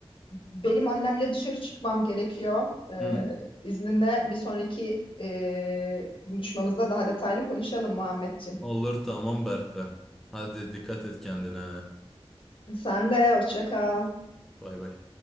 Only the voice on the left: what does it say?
benim annemle dışarı çıkmam gerekiyor. Ee,
izninle bir sonraki e, buluşmamızda daha detaylı konuşalım Muhammedciğim.
Sen de hoşça kal.